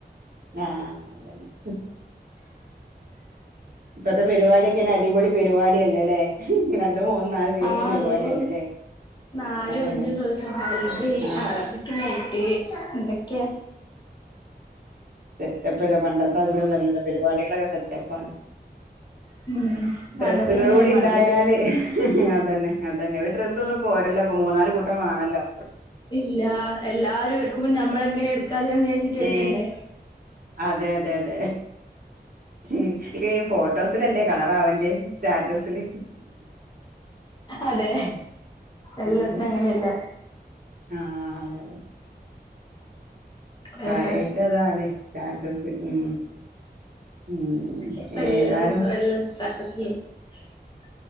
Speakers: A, on the right; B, on the left.
A: ആഹ് അതന്നെ <inaudible> ഇപ്പത്തെ പരിപാടിയൊക്കൊന്ന് അടിപൊളി പരിപാടിയല്ലല്ലേ മൂന്ന നാല് ദിവസം
B: ആഹ്
A: പരിപാടിയല്ലല്ലേ
B: അയ്യോ നാലും
A: അതന്നെ
B: അഞ്ചും ദിവസം ഹൽദി
A: ആഹ്
B: ആറപ്പിക്കുന്നറ്റ്് എന്തൊക്കെയാ
A: സെറ്റപ്പ്ല്ല പണ്ടത്തെ ആതിരിന്നുഅ ല്ലല്ലോ പരിപാടികളൊക്കെ സെറ്റപ്പ ആണ്
B: ഉം
A: ഡ്രസ്സുകളുംകൂടി
B: പണ്ടത്തന്നെ നല്ലത്
A: ഇണ്ടായാല് <unintelligible> അതന്നെ അതന്നെ ഒര് ഡ്രെ ഒന്നും പോരല്ലോ ഇപ്പൊ മൂന്നാല് കൂട്ടം വേണല്ലോ
B: ഇല്ല എല്ലാരും എടുക്കുമ്പോ ഞമ്മളെങ്ങനെ എടുക്കാതെന്ന് വിചാരിച്ചിട്ട് എടുക്കണ്ടേ
A: ഏ അതെ അതെ അതെ ഹ്മ്മ്, ഈ ഫോട്ടോസിലല്ലേ കളറാവണ്ടിയെ സ്റ്റാറ്റസില്
B: അതെ
A: ഉം.
B: എല്ലാത്തിനും
A: അതന്നെ
B: അങ്ങനെയല്ലേ
A: ആഹ് അതെ അതെ
B: വേറെ
A: കാര്യയിട്ടതാണ്. സ്റ്റാറ്റസ് ഉ ഉ
B: ഇപ്പ എല്ലാത്തിനും
A: ഏതാലും
B: എല്ലാം <inaudible>